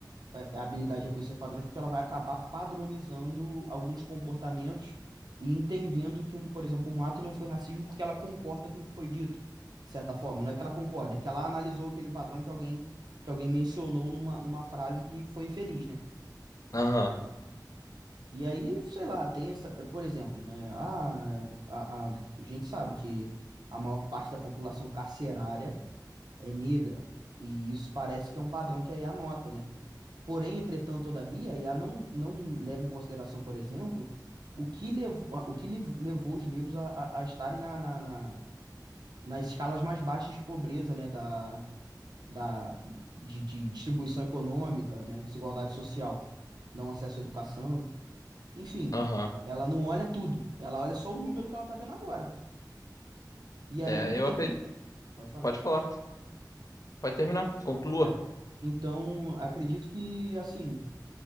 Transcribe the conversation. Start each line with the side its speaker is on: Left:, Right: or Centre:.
Right: a, a habilidade de reconhecer padrões, porque ela vai acabar padronizando alguns comportamentos e entendendo que um, por exemplo, um ato não foi racismo porque ela concorda com o que foi dito, de certa forma. Não é que ela concorda, é que ela analisou aquele padrão que alguém que alguém mencionou numa, numa frase que foi infeliz, né?
Left: aham,
Right: E aí, sei lá, tem essa, por exemplo, né? A, a, a gente sabe que a maior parte da população carcerária é negra, e isso parece que é um padrão que a IA nota, né? Porém, entretanto, todavia, a IA não, não leva em consideração, por exemplo, o que levou, o que lev- levou os negros a, a, a estarem na, na, na- nas escalas mais baixas de pobreza, né? Da, da, de, de distribuição econômica, né? Desigualdade social, não acesso à educação. Enfim,
Left: aham.
Right: ela não olha tudo, ela olha só o número que ela tá vendo agora. E
Left: É,
Right: aí o
Left: eu
Right: que
Left: acredito.
Right: que. Pode falar.
Left: Pode falar, pode terminar, conclua.
Right: É. Então, acredito que, assim,